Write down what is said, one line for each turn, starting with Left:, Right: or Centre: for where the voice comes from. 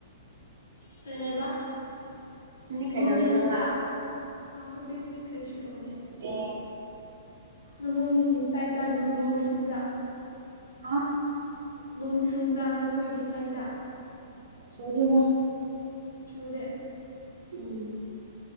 Left: ꯀꯩ ꯍꯥꯏꯕ ꯎꯝ
Right: ꯅꯪꯗꯤ
Left: ꯅꯣꯡ
Right: ꯀꯩꯗꯧꯔꯤꯅꯣꯕ
Left: ꯆꯨꯕ꯭ꯔꯥ ꯑ ꯍꯧꯖꯤꯛꯇꯤ ꯀꯔꯤꯁꯨ ꯇꯧꯗꯦ
Right: ꯇꯦ
Left: ꯅꯣꯡ ꯁꯤ ꯁꯨꯋꯥꯏꯇ ꯅꯣꯅꯣꯡ ꯆꯨꯕ꯭ꯔꯥ
Right: ꯍꯥ
Left: ꯅꯣꯡ ꯆꯨꯕ꯭ꯔꯥ ꯅꯈꯣꯏꯒꯤ ꯁꯨꯋꯥꯏꯗ
Right: ꯆꯨꯗꯦꯗ
Left: ꯆꯨꯗꯦ
Right: ꯎꯝ